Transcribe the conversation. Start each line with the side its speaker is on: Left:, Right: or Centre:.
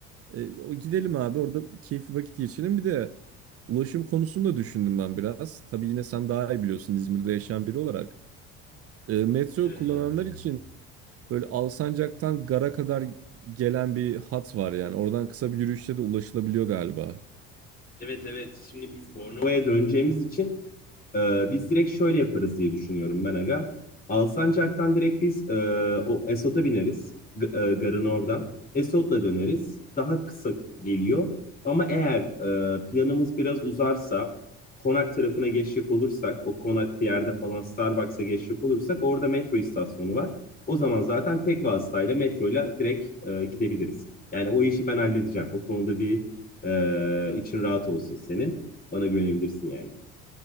Right: E, o gidelim abi orada keyifli vakit geçirelim. Bir de ulaşım konusunu da düşündüm ben biraz. Tabii yine sen daha iyi biliyorsun İzmir'de yaşayan biri olarak. E, metro
Left: Ee,
Right: kullananlar için böyle Alsancak'tan Gar'a kadar gelen bir hat var yani. Oradan kısa bir yürüyüşle de ulaşılabiliyor galiba.
Left: evet evet. Şimdi biz Bornova'ya Bornova'ya döneceğimiz için Ee, biz direkt şöyle yaparız diye düşünüyorum ben aga. Alsancak'tan direkt biz e, o Esot'a bineriz. G- e, garın oradan. Esot'la döneriz. Daha kısa geliyor. Ama eğer e, planımız biraz uzarsa, Konak tarafına geçecek olursak, o Konak yerde falan Starbucks'a geçecek olursak orada metro istasyonu var. O zaman zaten tek vasıtayla metroyla direkt e, gidebiliriz. Yani o işi ben halledeceğim. O konuda bir e, için rahat olsun senin. Bana güvenebilirsin yani.